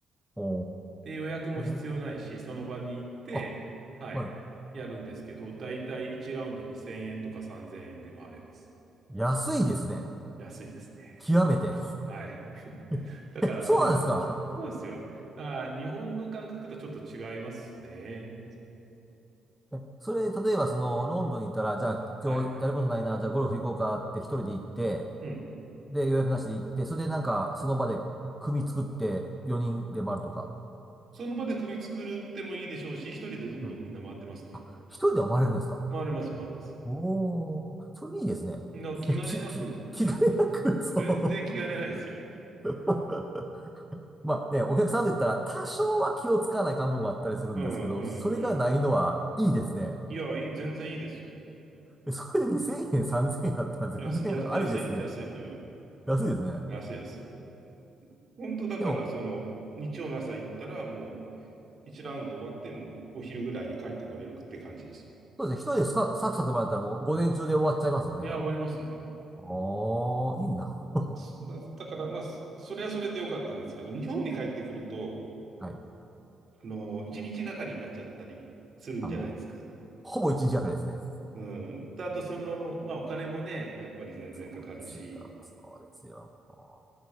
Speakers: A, in the centre; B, on the right.
A: う。お
B: で、予約も必要ないし、
A: ー。
B: その場に行って、
A: あ、
B: はい、
A: は
B: やるんですけど、だいたい1ラウンド2000円とか3000円で回れます。
A: い。安いですね。
B: 安いですね。
A: 極めて。
B: はい。
A: <laughs>
B: だから、
A: え、そうなんですか
B: その、そうですよ。だから、日本の感覚とはちょっと違いますね。
A: えそれ、例えばその、ロンドンに行ったら、じゃあ今日やることないな、
B: はい。
A: じゃあゴルフ行こうかって一人で行って、
B: うん。
A: で、予約なしで行って、それでなんか、その場で組作って4人で回るとか。
B: その場で組作るってもいいでしょうし、一人でどんどんみんな回ってますね。
A: うん。あ、一人でも回れるんですか
B: 回れます、回れます。
A: おー、それいいですね。
B: な、
A: <laughs>
B: 気兼ねなく、
A: き、き、気兼ねなく、
B: うん。
A: そう。
B: 全然気兼ねないですよ。
A: <laughs> まあね、お客さんと言ったら多少は気をつかない感部分もあったりするんですけど、
B: うん、うん、
A: それがないのはいいですね。
B: うん。いや、いい、全然いいですよ。
A: でそれで2000円、3000円あったら全然ありですね。
B: 安い、安い、安い、安い、うん。
A: 安いですね。
B: 安い、安い。本当だから、
A: でも、
B: その、日曜の朝行ったら、もう、1ラウンド終わって、もう、お昼ぐらいに帰ってこれるって感じですよ。
A: そうですね、一人でスカサクサク回ったらもう午前中で終わっちゃいますよね、
B: いや、
A: 多分。
B: 終わりますね。
A: おー、いいな。<laughs>
B: すだ、だから、まあ、すそれはそれで良かったんですけど、日本に帰ってくると、
A: はい。
B: あの、1日がかりになっちゃったりするんじゃないですか。
A: あ、もう。ほぼ一日がかりですね。
B: うん。であと、その、まあ、お金もね、やっぱり全然かかるし、
A: そうですよ、そうですよ、も